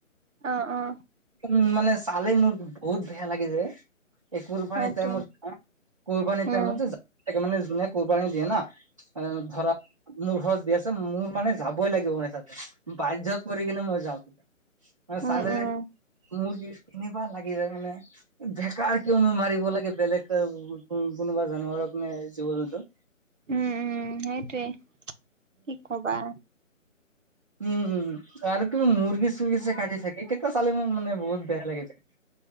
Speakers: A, on the right; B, on the right.
A: অ অ
B: উম মানে চালে মোৰ বহুত ভেয়া লাগি যাই এই কুৰবানী
A: সেইটো
B: টাইমত কুৰবানী
A: উম
B: টাইমত যে মানে যোনে কুৰবানী দিয়ে না অ ধৰা <inaudible> মোৰ ঘৰত দি আছে মোৰ মানে যাবই লাগিব মানে তাত <unintelligible> বাধ্যত পৰি কেনে মই যাওঁ। মানে
A: উম
B: চালে
A: উম
B: যে <unintelligible> মোৰ <unintelligible> কেনেকুৱা লাগি যায় মানে বেকাৰ কিয়নো মাৰিব লাগে বেলেগ কোনোবা জানুৱাৰক নে জীৱ-জন্তু <unintelligible>
A: উম-উম! সেইটোৱেই, কি কবা। <unintelligible>
B: উম-উম <unintelligible> আৰু কিবা মুৰ্গী-চৰ্গী যে কাটি থাকে তেতিয়া চালে মোৰ মানে বহুত বেয়া লাগে যায়। <unintelligible>